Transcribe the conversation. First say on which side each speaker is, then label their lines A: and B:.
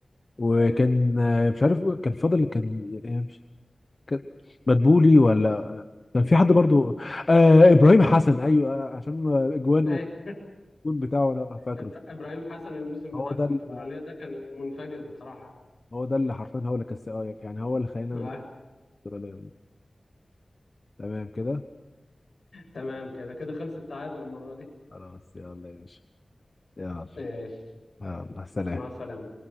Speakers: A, on the left (about 40°); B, on the left (about 65°).
A: وكان
B: ايوه
A: آه، مش عارف كان فاضل كان آه، مش- كان مدبولي ولا كان في حد برضو آه ابراهيم حسن ايوه آه عشان آه، اجوانه
B: ايوه
A: الجون بتاعه انا فاكره
B: إبرا- ابراهيم حسن الموسم بتاع
A: هو
B: الكونفدرالية
A: ده ال-
B: ده كان منفجر بصراحة
A: هو ده اللي حرفيا هو اللي كسب آه، يعني هو اللي خلينا
B: آه.
A: نتفرج عليهم. تمام كده
B: تمام كده كده خلص التعادل المرة دي
A: خلاص يلا يا باشا يلا
B: ماشي
A: يلا سلام
B: مع السلامة